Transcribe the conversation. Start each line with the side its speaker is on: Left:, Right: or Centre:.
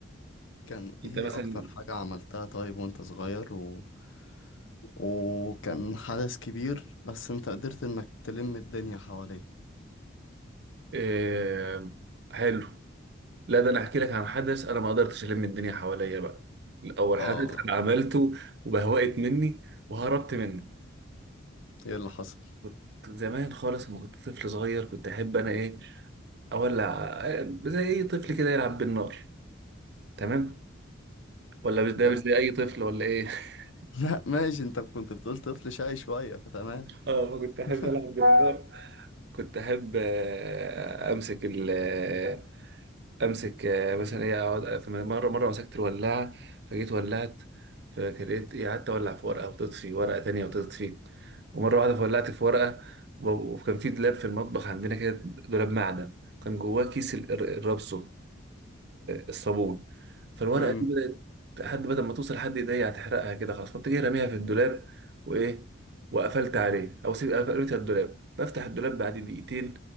Left: كان
Right: انت
Left: ايه
Right: مثلا
Left: اكتر حاجة عملتها طيب وانت صغير و... وكان حدث كبير بس انت قدرت انك تلم الدنيا حواليه
Right: آه حلو لا ده انا احكي لك عن حدث انا ما قدرتش الم الدنيا حواليا بقى اول
Left: اه
Right: حدث انا عملته وبهوقت مني وهربت منه
Left: ايه اللي حصل
Right: كنت زمان خالص لما كنت طفل صغير كنت احب انا ايه اولع زي اي طفل كده يلعب بالنار تمام ولا مش ده
Left: تم-
Right: مش زي اي طفل ولا ايه <laughs>
Left: <laughs> لا ماشي انت كنت بتقول طفل شقي شوية فتمام
Right: اه فكنت احب
Left: <laughs>
Right: العب بالنار كنت احب آه، امسك ال آه، امسك آه، مثلا ايه اقعد مره مره مسكت الولاعه فجيت ولعت فكريت ايه قعدت اولع في ورقه وتطفي ورقه تانية وتطفي ومره واحده فولعت في ورقه وب- وكان في دولاب في المطبخ عندنا كده دولاب معدن كان جواه كيس ال- الرابسو الصابون فالورقه
Left: امم
Right: دي بدات لحد بدل ما توصل لحد ايديا هتحرقها كده خلاص فقمت جاي راميها في الدولاب وايه وقفلت عليه او سيب قفلتها الدولاب بفتح الدولاب بعد دقيقتين